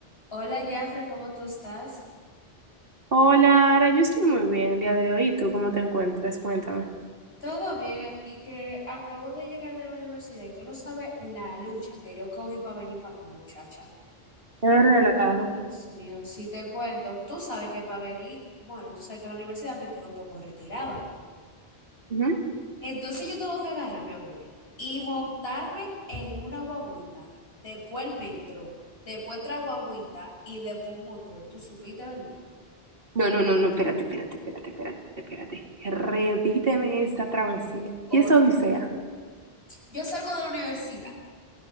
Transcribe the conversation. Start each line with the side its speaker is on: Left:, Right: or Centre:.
Left: Hola, Jafre, ¿cómo tú estás?
Right: Hola, Ara, yo estoy muy bien el día de hoy. ¿Y tú cómo te encuentras? Cuéntame.
Left: Todo bien aquí, que acabo de llegar de la universidad y tú no sabes la lucha que yo cogí para venir para acá, muchacha.
Right: Qué relajo.
Left: Ay, Dios mío, si te cuento, tú sabes que para venir, bueno, tú sabes que la universidad me queda un poco retirada.
Right: Ujú.
Left: Entonces yo tengo que agarrar, mi amor, y montarme en una guagüita, después el metro, después otra guagüita y después un motor. Tú supiste, ¿verdad?
Right: No, no, no, no, espérate, espérate, espérate, espérate, espérate. Repíteme esta travesía
Left: Hoy,
Right: y esa odisea.
Left: yo salgo de la universidad,